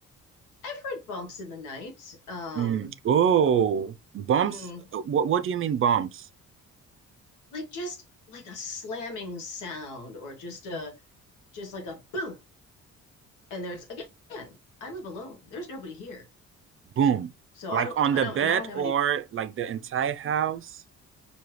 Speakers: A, on the left; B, on the right.
A: i've heard bumps in the night um
B: Mm. Oh, bumps.
A: mm,
B: What, what do you mean bumps?
A: like just like a slamming sound or just a just like a boom and there's again i live alone there's nobody here
B: Boom.
A: So
B: Like
A: I don't,
B: on
A: I
B: the
A: don't,
B: bed
A: and I don't have
B: or
A: any,
B: like the entire house?